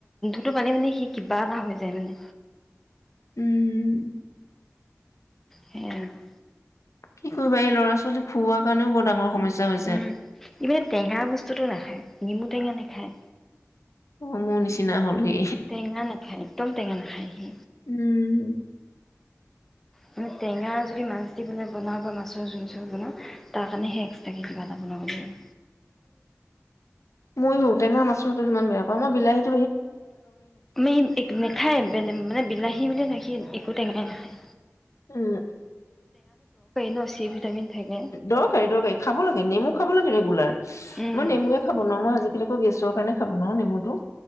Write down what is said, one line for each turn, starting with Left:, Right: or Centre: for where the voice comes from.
Centre: সেইটো পালিম নেকি? কিবা এটা হৈ যায় মানে?
Left: উম উম।
Centre: সেই আৰু।
Left: কি কৰিবা এই ল'ৰা ছোৱালী? খোওৱা কাৰণেও বৰ ডাঙৰ সমস্যা হৈছে
Centre: উম ই মানে টেঙা বস্তুটো নাখায় নেমু টেঙা নাখায়
Left: অ মোৰ নিচিনা হল সি
Centre: টেঙা নাখায় একদম টেঙা নাখায় সি
Left: উম?
Centre: মানে টেঙা যদি মাছ দি পিনি বনাওঁ বা মাছৰ জোল চোল বনাওঁ তাৰ কাৰণে সেই এক্সট্ৰাকৈ কিবা এটা বনাব লাগিব?
Left: ময়ো টেঙা মাছৰ জোল ইমান বেয়া পাওঁ মই বিলাহীত।
Centre: ই এক নাখায়, বেলেগ মানে বিলাহী বুলি নেখা একো টেঙাই নেখায়
Left: উ
Centre: ন চি ভিটামিন থাকে
Left: দৰকাৰী দৰকাৰী খাব লাগে নেমু খাব লাগে, ৰেগুলাৰ
Centre: উম
Left: মই নেমুৱে খাব নোৱাৰো মই আজিকালি। গেছৰ কাৰণে খাব নোৱাৰো নেমুটো।